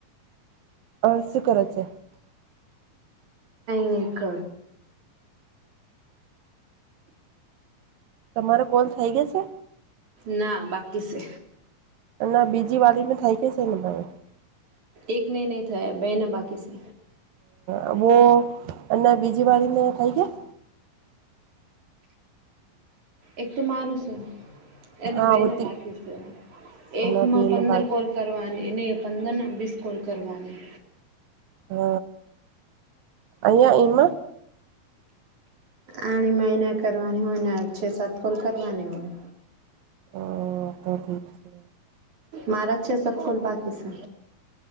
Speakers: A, on the right; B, on the right.
A: અ શું કર છે?
B: એક જ
A: તમારો કોલ થઇ ગયો છે?
B: ના બાકી છે.
A: અને બીજી વાઈરીનું થઈ ગયું છે ને પણ.
B: એકનેય નય થયા બેયને બાકી છે.
A: હ બો અને બીજી વારીને થઈ ગયા?
B: એક તો મારું છે. એને
A: હા
B: બે
A: હોતી
B: ને બાકી છે. એકમાં
A: અને બેને
B: પંદર
A: બાકી
B: કોલ કરવાની ને પંદર ના બીસ કોલ કરવાની.
A: હ.. અહીંયા ઈમાં
B: આણી માય એને કરવાની હોય ને છે-સાત કોલ કરવાની હોય.
A: ઓ તો ઠીક છે.
B: મારા જ છ સાત કોલ બાકી છે.